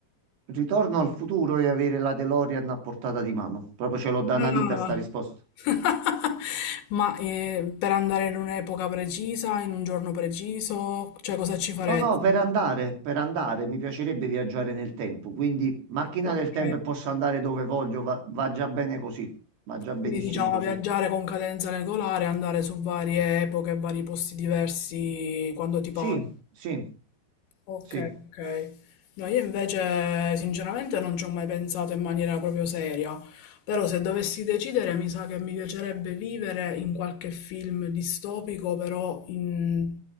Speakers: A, on the right; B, on the left.
A: Ritorno al futuro e avere la DeLorean a portata di mano. Proprio ce l'ho da una vita
B: Ah.
A: sta risposta.
B: <laughs> Ma eh, per andare in un'epoca precisa, in un giorno preciso, cioè cosa ci faresti?
A: No, no, per andare, per andare, mi piacerebbe viaggiare nel tempo, quindi macchina
B: Ok,
A: del tempo e posso andare dove voglio, va, va già bene così, va già benissimo
B: quindi diciamo
A: così.
B: viaggiare con cadenza regolare, andare su varie epoche, vari posti diversi quando ti
A: Sì,
B: pare.
A: sì,
B: Ok,
A: sì.
B: ok. No, io invece sinceramente non ci ho mai pensato in maniera proprio seria, però se dovessi decidere mi sa che mi piacerebbe vivere in qualche film distopico, però in,